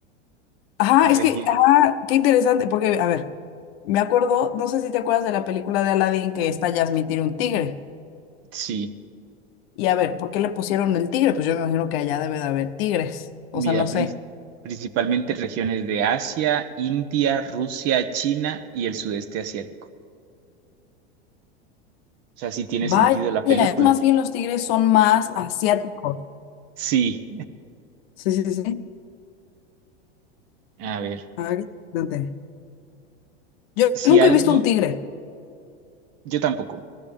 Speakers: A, on the left (about 60°); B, on the right (about 50°).
A: Ajá,
B: en región.
A: es que, ajá, qué interesante, porque, a ver, me acuerdo, no sé si te acuerdas de la película de Aladdin que esta Jasmine tiene un tigre.
B: Sí,
A: Y a ver, ¿por qué le pusieron el tigre? Pues yo me imagino que allá debe de haber tigres. O
B: mira,
A: sea, no sé.
B: prin- principalmente regiones de Asia, India, Rusia, China y el sudeste asiático. O sea, sí tiene
A: Vaya,
B: sentido la película.
A: más bien los tigres son más asiáticos.
B: Sí,
A: Sí, sí, sí.
B: a ver,
A: Ah, qué interesante. Yo
B: si
A: nunca
B: alguien,
A: he visto un tigre.
B: yo tampoco.